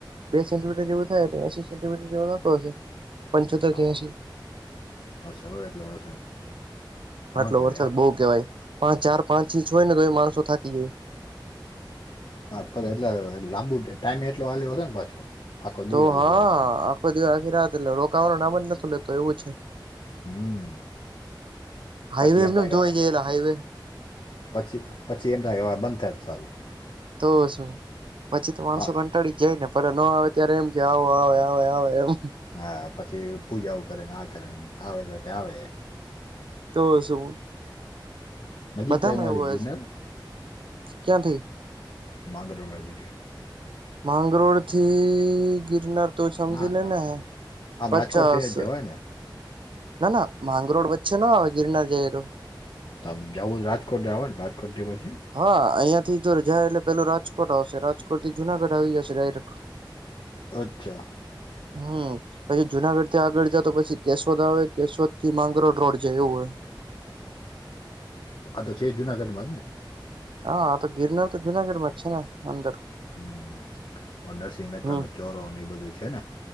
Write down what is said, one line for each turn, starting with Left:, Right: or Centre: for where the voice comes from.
Right: બે સેન્ટીમીટર જેવું થાય એટ એસી સેન્ટીમીટ જેવો થતો હશે પંચોતેર
Left: હા
Right: કે એસી
Left: હશે હોવે એટલો હશે ઘણો
Right: આટલો
Left: કહેવાય
Right: વરસાદ
Left: યાર
Right: બઉુ કેહેવાય પા ચાર પાંચ ઇંચ હોય ને તો એ માણસો થાકી જાય
Left: હાછ એટલે લાંબુ ટાઈમે એટલો હ્યોશે ને પાછો આખો
Right: તો
Left: દી હાલ્યો
Right: હા
Left: હશે
Right: આખો દિવસ આખી રહ એટલે રોકાવાનું નામ જ નતું લેતો એવું છે.
Left: હમ
Right: હાઈવે
Left: પછી
Right: એ
Left: એમ થાય
Right: ધોવાઈ
Left: કે આ
Right: જયેલા હાઈવે
Left: પછી પછી એમના એવા બંધ થાય જ સારુ
Right: તો શું પછી તો માણસો
Left: હા
Right: કંટાળી જ જાય ને ફ ન આવે ત્યારે એમ કે આવો આવે આવે આવે એમ
Left: હા પછી પૂજાઓ કરે ને આ કરેને આવે તો કે આવે
Right: તો શુ
Left: નજીક
Right: બધામાં
Left: થાય હું
Right: એવું
Left: આથી
Right: હોય
Left: ગિરનાર
Right: છે, ક્યાંથી
Left: માંગ રહો આ જીથી
Right: માંગરોળ થી ગિરનાર તો સમજી
Left: ના
Right: લેને
Left: ના
Right: હ
Left: આમ
Right: પચાસ
Left: રાજકોટ થઈને જ જવાય ને
Right: ના ના માંગરોળ વચ્ચે ન આવે ગિરનાર જઈએ તો
Left: તમે જવું જ રાજકોટ આવેો ને રાજકોટથી પછી
Right: હા અહિયાં થી તો જાય એટલે પેલું રાજકોટ આવશે રાજકોટ થી જુનાગઢ આવી જશે ડાયરેક
Left: અચ્છા
Right: હમ પછી જુનાગઢ થી આગળ જા તો પછી કેશોદ આવે કેશોદ થી માંગરોળ રોડ જવું હોય.
Left: આ તો છે જુનાગઢમાં જ ને
Right: હા તો ગિરનાર તો જુનાગઢમાં જ છે ને અંદર
Left: હમ નરસિંહ મહેતા
Right: હમ
Left: ન ચોરો અને એ બધું છેને.